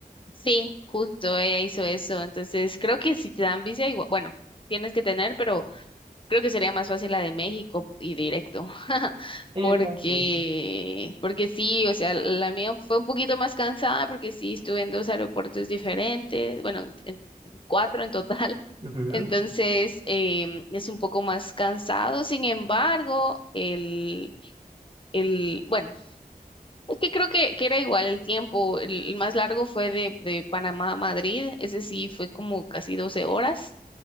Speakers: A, on the left; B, on the right.
A: Sí, justo, ella hizo eso. Entonces creo que si te dan visa, igual, bueno, tienes que tener, pero Creo que sería más fácil la de México y directo, <laughs>
B: Eh,
A: porque,
B: pues sí.
A: porque sí, o sea, la mía fue un poquito más cansada porque sí estuve en dos aeropuertos diferentes, bueno, en- en cuatro en total,
B: Ujú.
A: <laughs> entonces em, es un poco más cansado, sin embargo, el, el, bueno, es que creo que, que era igual el tiempo. El, el más largo fue de, de Panamá a Madrid. Ese sí fue como casi 12 horas.